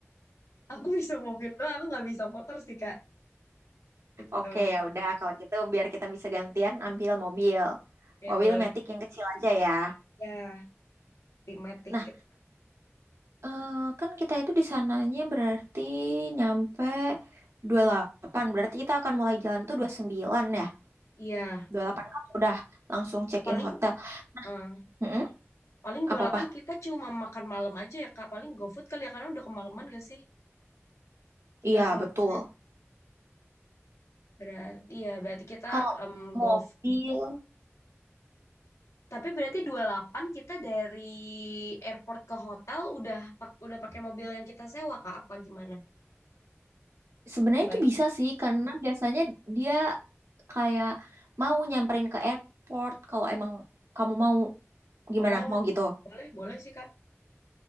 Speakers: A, on the left; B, on the right.
A: Aku <laughs> bisa mobil doang, aku nggak bisa motor sih, Kak. Gitu.
B: Oke, ya udah kalau gitu biar kita bisa gantian ambil mobil.
A: Ya,
B: Mobil
A: boleh.
B: matic yang kecil aja ya.
A: Ya, limet tiket.
B: Nah, eh, kan kita itu di sananya berarti nyampe dua delapan Berarti kita akan mulai jalan tuh 29 ya.
A: Iya,
B: 28 kan udah langsung check-in
A: paling
B: hotel.
A: eh,
B: Mm-mm,
A: paling dua
B: Apa-apa?
A: puluh delapan kita cuma makan malam aja ya, Kak. Paling GoFood kali ya, karena udah kemalaman gak sih? Kita
B: Iya,
A: sampai
B: betul.
A: berarti ya berarti kita
B: Kalau
A: go
B: mobil
A: Tapi berarti 28 kita dari airport ke hotel udah pak udah pakai mobil yang kita sewa Kak apa gimana?
B: sebenarnya
A: Baik.
B: itu bisa sih karena biasanya dia kayak mau nyamperin ke airport kalau emang kamu mau gimana?
A: Oh,
B: Mau gitu.
A: boleh boleh sih Kak.